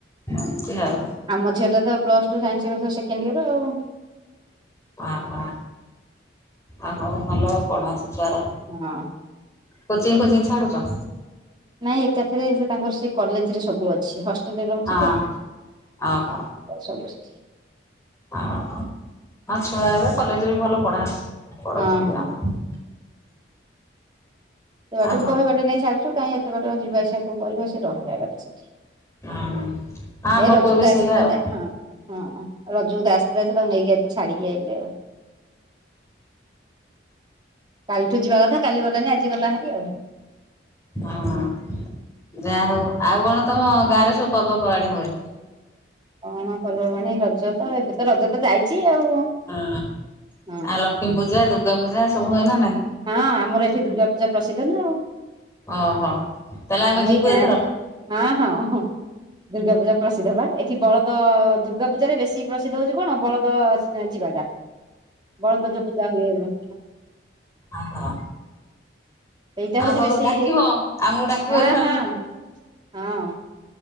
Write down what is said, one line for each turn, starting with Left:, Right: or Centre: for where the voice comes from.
Left: ଏମିତି ଆଉ।
Right: ଆମ ଝିଅ ଟା ତ plus two science year second year ଆଉ।
Left: ଓହୋ ଆ ହୋ ଭଲ ପଢନ୍ତୁ ଝୁଆର।
Right: ହଁ।
Left: କୋଚିଂ ଫୋଚିଂ ଛାଡୁଛ?
Right: ନାଇଁ ଏକାଥରେ ସେ ତାଙ୍କର ସେ କଲେଜରେ ସବୁ ଅଛି ହଷ୍ଟେଲରେ ରହୁଛି
Left: ହଁ
Right: ତ।
Left: ଓହୋ
Right: ଏ ସମସ୍ତେ
Left: ହଁ ହଁ ଆଉ ଛୁଆ ଏବେ କଲେଜରେ ବି ଭଲ ପଢା ପଢଉଛନ୍ତି
Right: ହଁ ହଁ
Left: ଆଉ।
Right: ସେ
Left: ଓହୋ
Right: ବାଟୁହିବାଟେ ନେଇ ଛୁ କାହିଁ ଏତେଟ ଯିବା ଆସିବା କଉଁ କରିବା ସେ ରହିଯ ସେଠି।
Left: ହଁ ଆମ
Right: ଏ ରଜକୁ
Left: ପୁଅ ବି
Right: ତ
Left: ସେଇଆ
Right: ଆସିଥିଲେ
Left: ଆଉ।
Right: ହଁ। ହଁ ରଜକୁ ତ ଆସିଥିଲେ ଯେ ତାକୁ ନେଇକି ଆଜି ଛାଡିକି ଆଇଲେ ଆଉ। କାଲିଠୁ ଯିବା କଥା କାଲି ଗଲାନି ଆଜି ଗଲା ହେରି ଆଉ।
Left: ହଁ ଯାହା ହଉ ଆଉ କଣ ତମ ଗାଁରେ ସବୁ ପର୍ବପର୍ବାଣି ହୁଏ।
Right: କଣ ପର୍ବ ପର୍ବାଣି ରଜ ତ ଏବେ ତ ରଜ ତ ଯାଇଛି ଆଉ।
Left: ହଁ
Right: ହଁ
Left: ଆଉ ଲକ୍ଷ୍ମୀ ପୂଜା ଦୁର୍ଗା ପୂଜା ସବୁ ହୁଏନା ନାଇଁ?
Right: ହଁ ଆମର ଏଠି ଦୁର୍ଗା ପୂଜା ପ୍ରସିଦ୍ଧ ନା ଆଉ
Left: ଓହୋ। ତାହେଲେ ଆମେ
Right: ଆମ
Left: ଯିବୁ
Right: ଏଇ ଗାଁରେ
Left: ଏଥର
Right: ହଁ ହଁ ହ। ଦୁର୍ଗା ପୂଜା ପ୍ରସିଦ୍ଧ ବା ଏଠି ବଳଦ ଦୁର୍ଗା ପୂଜାରେ ବେଶୀ ପ୍ରସିଦ୍ଧ ହଉଛି କଣ ବଳଦ ଯିବାଟା ବଳଦଜ ପୂଜା ହୁଏ ହଁ।
Left: ହ ହଁ।
Right: ସେଇଟା ହଉଛି
Left: ଆ ହଉ
Right: ବେଶୀ
Left: ଡାକିବ ଆମକୁ ଡାକିବ
Right: ହଁ
Left: ଏଥର
Right: ହଁ
Left: ଆମେ ଯିବୁ।
Right: ହଁ।